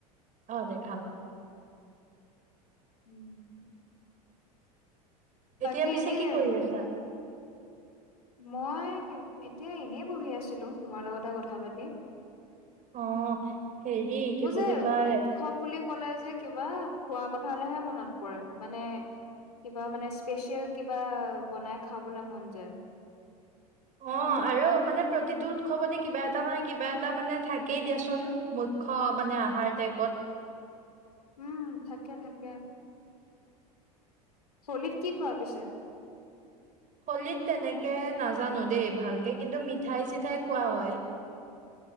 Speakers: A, on the right (about 40°); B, on the left (about 85°).
A: অ', দেখাম।
B: উম। বাকি
A: এতিয়া পিছে
B: এনে
A: কি কৰি
B: উম
A: আছা?
B: মই এতিয়া এনেই বহি আছিলো, তোমাৰ লগতে কথা পাতি।
A: অ'। হেৰি। কি
B: মোৰ যে
A: বুলি কয়
B: উৎসৱ বুলি ক'লে যে, কিবা খোৱা কথালেহে মনত পৰে, মানে কিবা মানে, স্পেচিয়েল কিবা, বনাই খাবলে মন যায়।
A: অ', আৰু মানে প্ৰতিটো উৎসৱতে কিবা এটা নহয় কিবা এটা মানে থাকেই, দিয়াচোন ম খ মানে আহাৰ টাইপত।
B: উম, থাকে, থাকে। হলীত, কি খোৱা পিছে?
A: হলীত তেনেকে নাজানো দেই, ভালকে কিন্তু মিঠাই চিঠাই খোৱা হয়।